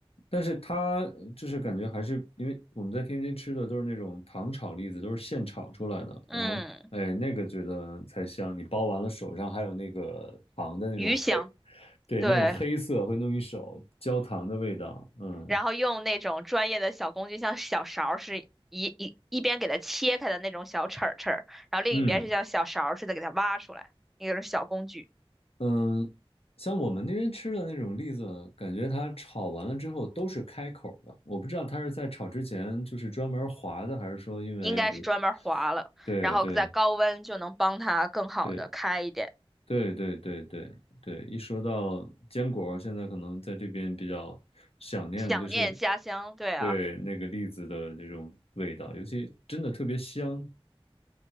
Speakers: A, on the left; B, in the centre.
A: 但是它呃就是感觉还是因为我们在天津吃的都是那种糖炒栗子，都是现炒出来的，
B: 嗯，
A: 然后哎，那个觉得才香，你包完了手上还有那个糖的那种黑，
B: 鱼香，
A: 对，
B: 对，
A: 那种黑色会弄一手焦糖的味道，嗯。
B: 然后用那种专业的小工具，像小勺儿是一一一边给它切开的那种小齿儿齿儿，然后另一边是像小勺儿似的给它挖出来，
A: 嗯
B: 那种小工具，
A: 嗯，像我们那边吃的那种栗子，感觉它炒完了之后都是开口的。我不知道它是在炒之前就是专门划的，还是说因为比如，
B: 应该是专门划了，
A: 对对
B: 然后在高温就能帮它更好的开一点，
A: 对对对对对对，一说到坚果，现在可能在这边比较想念的就是
B: 想念家乡，对啊，
A: 对那个栗子的这种味道，尤其真的特别香。